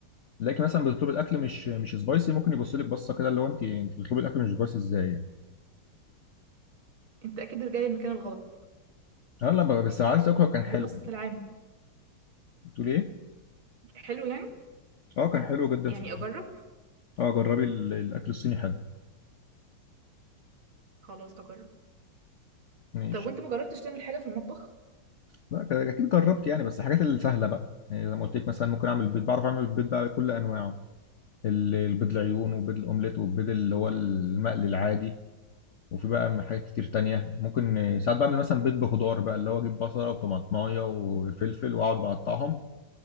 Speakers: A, on the left (about 65°); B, on the right (about 65°).
A: تلاقي مثلا بتطلب الاكل مش مش سبايسي ممكن يبص لك بصه كده اللي هو انت انت بتطلبي الاكل مش سبايسي ازاي يعني
B: أنت أكيد جاي المكان الغلط
A: اه لا ب- بس عارف تاكله كان حلو
B: دي بص في العام
A: بتقول ايه
B: حلو يعني
A: اه كان حلو جدا
B: يعني
A: صدقني
B: اجرب
A: اه جربي ال- الاكل الصيني حلو
B: خلاص هجرب
A: ماشي
B: طب وانت ما جربتش تعمل حاجه في المطبخ
A: لا ك- اكيد جربت يعني بس الحاجات السهله بقى يعني زي ما قلت لك مثلا ممكن اعمل بيض بعرف اعمل البيض بقى بكل انواعه ال- البيض العيون وبيض الاومليت والبيض اللي هو المقلي العادي وفي بقى حاجات كتير تانية ممكن آه، ساعات بعمل مثلا بيض بخضار بقى اللي هو اجيب بصلة وطماطماية وفلفل واقعد بقطعهم